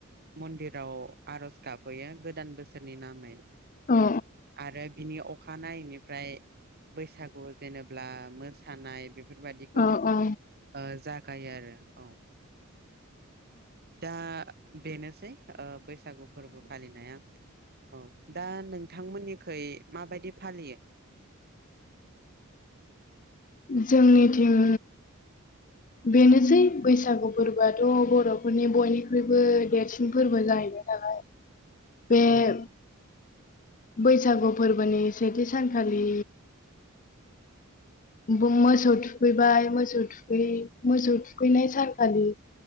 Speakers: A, on the right; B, on the left.
A: मन्दिराव आरज गाबहैयो गोदान बोसोरनि नामै
B: औ
A: आरो बिनि अखानायैनिफ्राय बैसागु जेनेबा मोसानाय बेफोरबाददिखौ
B: औ औ
A: ज गायो आरो औ दा बेनोसै बैसागु फोरबो फालिनाया औ दा नोंथांमोननि खै माबायदि फालियो
B: जोंनि थिं बेनोसै बैसागु फोरबोआथ' बर'फोरनि बयनिख्रुइबो देरसिन फोरबो जाहैनो नालाय बे
A: औ
B: बैसागु बैसागु फोरबोनि सेथि सानखालि मोसौ थुखैबाय मोसौ थुखै मोसौ थुखैनाय सानखालि